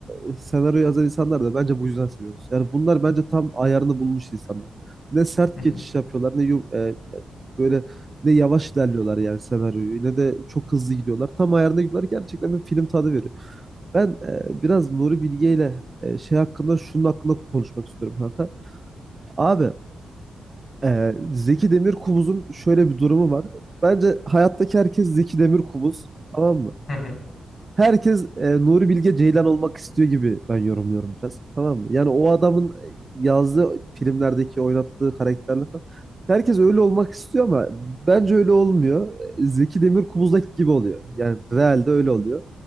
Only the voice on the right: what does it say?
e, senaryo yazan insanlar da bence bu yüzden seviyoruz. Yani bunlar bence tam ayarını bulmuş insanlar. Ne sert
geçiş
yapıyorlar ne yum- e, böyle ne yavaş ilerliyorlar yani senaryoyu ne de çok hızlı gidiyorlar. Tam ayarında gidiyorlar gerçekten bir film tadı veriyor. Ben e, biraz Nuri Bilge ile e, şey hakkında şunun hakkında konuşmak istiyorum kanka. Abi e, Zeki Demirkubuz'un şöyle bir durumu var. Bence hayattaki herkes Zeki Demirkubuz tamam mı?
Herkes e, Nuri Bilge Ceylan olmak istiyor gibi ben yorumluyorum biraz tamam mı? Yani o adamın e, yazdığı filmlerdeki oynattığı karakterler falan. Herkes öyle olmak istiyor ama bence öyle olmuyor. Zeki Demirkubuz'daki gibi oluyor. Yani realde öyle oluyor.